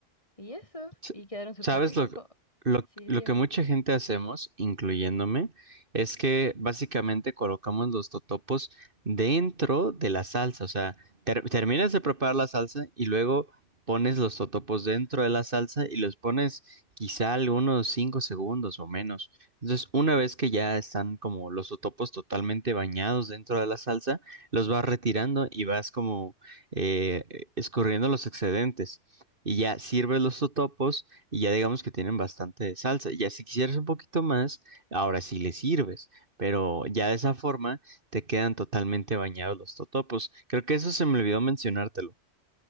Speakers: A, on the left; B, on the right.
A: y eso,
B: S-
A: y quedaron súper
B: ¿Sabes
A: ricos.
B: lo,
A: co-
B: lo,
A: Sí,
B: lo
A: dime.
B: que mucha gente hacemos, incluyéndome, es que básicamente colocamos los totopos dentro de la salsa. O sea, ter- terminas de preparar la salsa y luego pones los totopos dentro de la salsa y los pones quizá algunos 5 segundos o menos. Entonces, una vez que ya están como los totopos totalmente bañados dentro de la salsa, los vas retirando y vas como eh, escurriendo los excedentes y ya sirves los totopos y ya digamos que tienen bastante salsa. Ya si quisieras un poquito más, ahora sí le sirves, pero ya de esa forma te quedan totalmente bañados los totopos. Creo que eso se me olvidó mencionártelo.